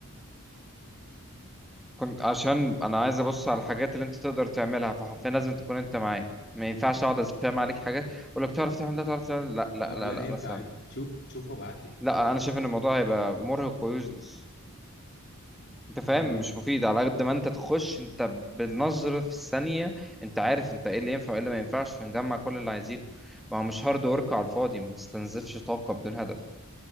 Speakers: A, in the centre; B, on the left.
A: كنت عشان انا عايز ابص على الحاجات اللي انت تقدر تعملها فحرفيا لازم تكون انت معايا ما ينفعش اقعد اسبام عليك حاجات اقول لك تعرف تعمل ده تعرف تعمل ده. لا لا
B: آه
A: لا
B: لا
A: لا
B: ينفع
A: مثلا
B: عادي شوف شوف وابعت لي
A: لا انا شايف ان الموضوع هيبقى مرهق ويوزلس انت فاهم
B: اه
A: مش مفيد على قد ما انت تخش انت بالنظر في الثانية انت عارف انت ايه اللي ينفع وايه اللي ما ينفعش فنجمع كل اللي عايزينه ما هو مش هارد ورك على الفاضي ما نستنزفش طاقة بدون هدف